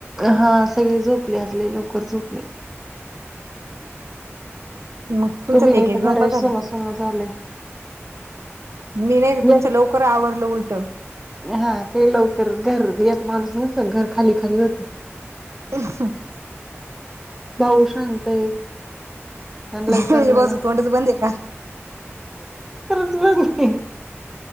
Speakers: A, in the centre; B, on the right.
A: हा सगळे झोपले आज लय लवकर झोपले.
B: मग तुमच्यात
A: तू बी
B: एक
A: नाय
B: एक
A: त
B: झोपा
A: घर लय
B: झाली
A: सून्न सुन्न झालंय.
B: मी नाय टर तुमचं
A: एक
B: लवकर आवरलं उलट
A: हा काय लवकर घर एक माणूस नसल क घर खाली खाली होत.
B: <unintelligible>
A: भाऊ शांत ये. आणि
B: म्हणजे
A: लय करम
B: बस
A: ना
B: तोंडच बंद आहे
A: खरंच बघ की